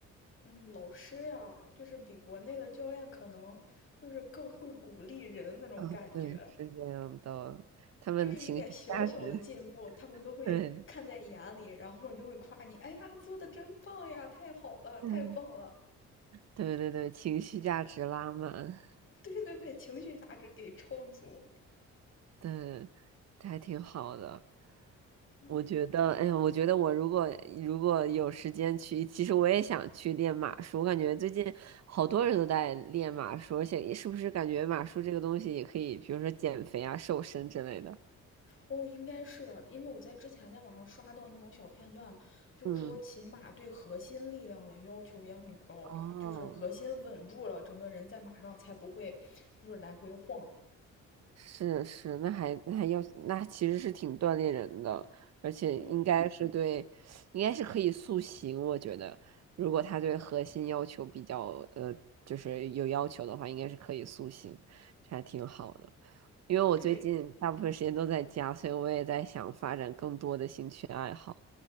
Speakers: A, on the left; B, on the right.
A: 嗯，老师呀，就是比国内的教练可能就是更会鼓励人那种感觉。
B: 啊，对，是这样的，他们情绪价值，
A: 就是一点小小的进步，
B: <laughs>
A: 他们都会看在眼里，
B: 对，
A: 然后就会夸你，哎呀，做的真棒呀，太好了，太棒了。
B: 嗯。对对对，情绪价值拉满，
A: <laughs> 对对对，情绪价值给超足。
B: 对，还挺好的。
A: 嗯，
B: 我觉得，哎呀，我觉得我如果如果有时间去，其实我也想去练马术。我感觉最近好多人都在练马术，而且是不是感觉马术这个东西也可以，比如说减肥啊、瘦身之类的。
A: 哦，应该是因为我在之前在网上刷到那种小片段，就是说骑马对核心力量的要求也很高，
B: 嗯，哦，
A: 就是核心稳住了，整个人在马上才不会就是来回晃。
B: 是是，那还那还要那其实是挺锻炼人的，而且应该是对，
A: 嗯，
B: 应该是可以塑形。我觉得，如果他对核心要求比较呃，就是有要求的话，应该是可以塑形，这还挺好的。因为我最近
A: 对，
B: <laughs> 大部分时间都在家，所以我也在想发展更多的兴趣爱好。